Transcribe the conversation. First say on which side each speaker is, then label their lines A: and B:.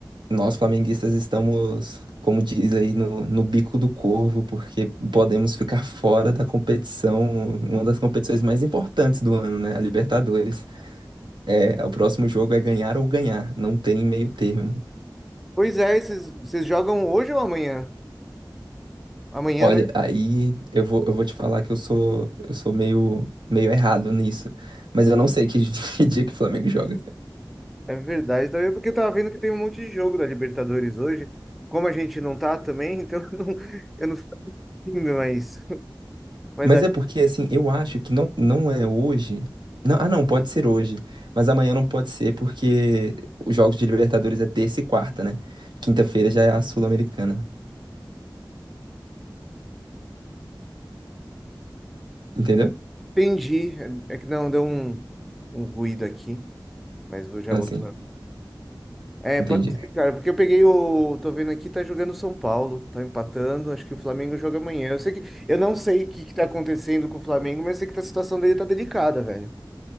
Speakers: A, on the right; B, in the centre.
A: nós flamenguistas estamos, como diz aí, no, no bico do corvo, porque podemos ficar fora da competição, uma das competições mais importantes do ano, né? A Libertadores. É, o próximo jogo é ganhar ou ganhar, não tem meio termo.
B: Pois é, vocês vocês jogam hoje ou amanhã? Amanhã,
A: Olha,
B: né?
A: aí eu vou, eu vou te falar que eu sou, eu sou meio, meio errado nisso, mas eu não sei que, <laughs> que dia que o Flamengo joga.
B: É verdade, também porque eu tava vendo que tem um monte de jogo da Libertadores hoje. Como a gente não tá também, então <laughs> eu não, eu não fico indo, mas, mas
A: Mas
B: acho
A: é porque, assim, eu acho que não, não é hoje. Não, ah, não, pode ser hoje, mas amanhã não pode ser porque os jogos de Libertadores é terça e quarta, né? Quinta-feira já é a Sul-Americana, entendeu?
B: que entendi. É que não, deu um, um ruído aqui, mas vou já
A: Então,
B: voltando.
A: Assim,
B: É, pode
A: entendi.
B: ser, cara, porque eu peguei o. Tô vendo aqui, tá jogando o São Paulo, tá empatando. Acho que o Flamengo joga amanhã. Eu sei que. Eu não sei o que que tá acontecendo com o Flamengo, mas sei que a situação dele tá delicada, velho.